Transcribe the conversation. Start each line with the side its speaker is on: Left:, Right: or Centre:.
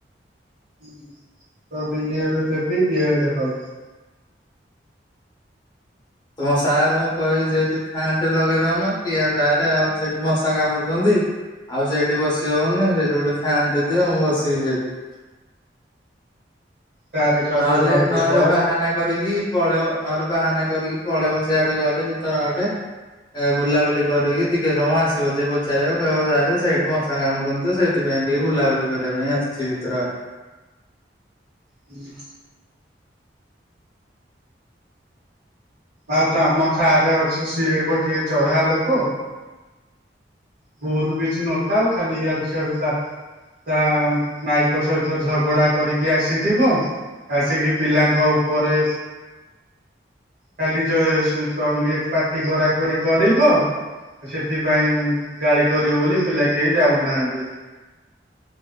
Right: ହୁଁ ତାପରେ ଇଆଡେ ଲେପେ ଇଆଡେ ହବ।
Left: ତମ ସାର୍ ଙ୍କୁ କହିବ ସେଇଠି ଫ୍ୟାନ ଟେ ଲଗେଇ ଦଉନ କି ସାର ଆଉ ସେଇଠି ମଶା କାମୁଡୁଛନ୍ତି। ଆଉ ସେଇଠି ବସି ହଉନି ସେଇଠି ଗୋଟେ ଫ୍ୟାନ ଟେ ଦିଅ ମୁଁ ବସିବି ସେଇଠି।
Right: ସାରେ କହିବେ
Left: ନହେଲେ
Right: ଘରକୁ
Left: ନହେଲେ
Right: ପଳା
Left: ବାହାନା କରିକି ପଳେଇବ ନହେଲେ ବାହାନା କରିକି ପଳେଇବ ସିଆଡେ କୁଆଡେ ଭିତର ଆଡେ। ଏ ବୁଲାବୁଲି କରିକି ଟିକେ ସମୟ ଆସିବ ଯିଏ ପଚାରିବ କହିବ ସାର୍ ସେଇଠି ମଶା କାମୁଡୁଛନ୍ତି ତ ସେଥିପାଇଁ ଟିକେ ବୁଲାବୁଲି କରିବା ପାଇଁ ଆସିଛି ଭିତର ଆ
Right: ହୁଁ। ଆଉ ତ ଆମ ସାରେ ଅଛି ସିଏ ଗୋଟିଏ ଚଢା ଲୋକ। ବହୁତ କିଛି ନଥାଉ ଖାଲି ଇଆଡୁ ସିଆଡୁ ତା ତା ମାଇପ ସହିତ ଝଗଡା କରିକି ଆସିଥିବ। ଆସିକି ପିଲାଙ୍କ ଉପରେ କାଲି ଚ ସ ତ ଇଏ ପାଟି କରା କରି କରିବ ସେଥିପାଇଁ ଗାଳି କରିବି ବୋଲି ପିଲା କେହି ଯାଉନାହାଁନ୍ତି।